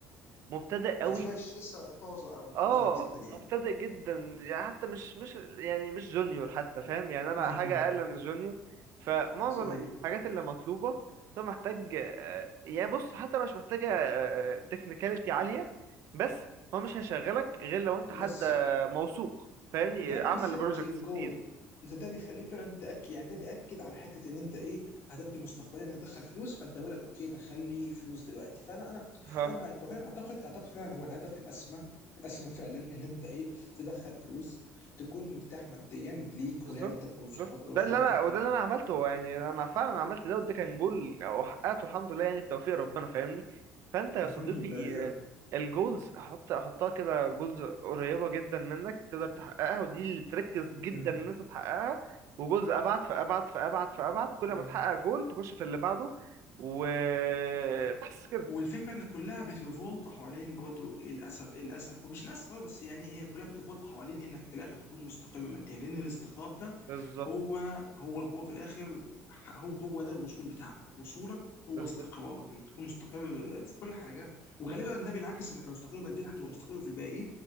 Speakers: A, on the right; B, on the left.
A: مبتدئ قوي
B: فريش لسه طازه قوي طازه
A: اه
B: جدا يعني
A: مبتدئ جدا يعني حتى مش مش يعني مش جونيور حتى فاهم يعني انا
B: امم
A: حاجه اقل من الجونيور فمعظم
B: صحيح
A: الحاجات اللي مطلوبه طب محتاج آه، يعني بص حتى لو مش محتاجه تكنيكاليتي عاليه بس هو مش هيشغلك غير لو انت حد
B: بس
A: آه، موثوق فاهمني
B: ده
A: عمل
B: بيست
A: بروجكتس
B: يور جول
A: كتير
B: ده ده بيخليك فعلا تاكد يعني ده بياكد على حته ان انت ايه اهدافك المستقبليه انك تدخل فلوس فانت بيقول لك اوكي دخل لي فلوس دلوقتي فانا انا
A: ها
B: انا معاك وفعلا اعتقد اعتقد فعلا هو الهدف الاسمى الاسمى فعلا ان انت ايه تدخل فلوس تكون مرتاح ماديا ليك
A: بالظبط
B: ولعيلتك ولصحابك
A: بالظبط وده
B: ولاخواتك
A: اللي انا وده
B: و...
A: اللي انا عملته هو يعني انا فعلا عملت ده وده كان جول او حققته الحمد لله يعني بتوفيق ربنا فاهمني فانت يا
B: الحمد
A: صديقي
B: لله يا
A: آه، الجولز حط حطها كده جولز قريبه جدا منك تقدر تحققها ودي اللي تركز جدا
B: مم.
A: ان انت تحققها وجولز ابعد فابعد فابعد فابعد كل
B: مم.
A: ما تحقق جول تخش في اللي بعده وبس كده
B: والفكره ان كلها بتريفولت حوالين برضه للاسف للاسف مش للاسف أوي، بس يعني هي كلها بتريفولت حوالين انك في الاخر تكون مستقر ماديا لان الاستقرار ده
A: بالظبط
B: هو هو هو في الاخر ح- هو هو ده الوصول بتاعنا وصولك هو
A: بالظبط
B: استقرارك انك تكون مستقر في كل حاجه وغالبا ده بينعكس انك لو مستقر ماديا هتبقى مستقر في الباقي